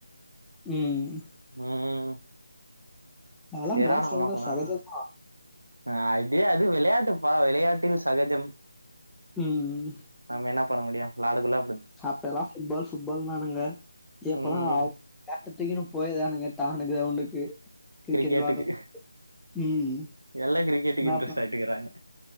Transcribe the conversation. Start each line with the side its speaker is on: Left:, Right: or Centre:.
Centre: ம்
Right: ம்
Centre: அதலா
Right: செரான
Centre: மேட்ச்ல
Right: அமக்கலானா
Centre: உலறது சகஜம் தா
Right: ஆ அடி அது வெளயாட்டு பா வெளையாட்டில் சகஜம்
Centre: ம் ம்
Right: நம்ம என்ன பண்ண முடியும் விளாடுகுள்ள
Centre: சாப்ட்டதுலா ஃபுட்பால் ஃபுட்பால் நானுங்க எப்பல்லா
Right: ம்
Centre: அவுங்க தத்திக்கின்னு போயிதானுங்க டானு கிரௌண்டுக்கு கிரிக்கெட்
Right: கிரிக்கெட்டுக்கு
Centre: விளாடற ம்
Right: எல்லா கிரிக்கெட்டுக்கு
Centre: மே
Right: இன்ட்ரெஸ்ட் ஆயிட்டுக்கறாங்க